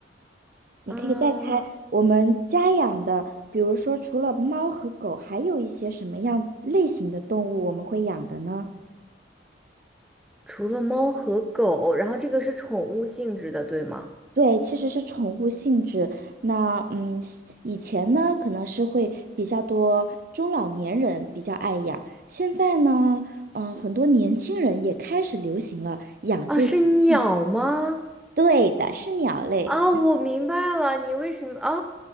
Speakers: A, on the right; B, in the centre.
A: 你可以再猜我们家养的，
B: 啊，
A: 比如说除了猫和狗，还有一些什么样类型的动物我们会养的呢？
B: 除了猫和狗，然后这个是宠物性质的，对吗？
A: 对，其实是宠物性质。那嗯，西以前呢可能是会比较多中老年人比较爱养，现在呢，嗯、很多年轻人也开始流行了养这，
B: 啊，是鸟吗？
A: 嗯对的，是鸟类。
B: 啊，我明白了，你为什么啊？